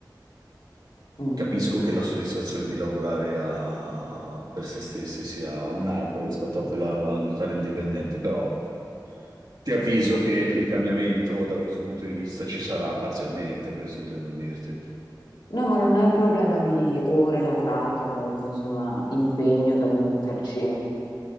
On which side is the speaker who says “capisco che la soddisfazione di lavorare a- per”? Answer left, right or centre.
Right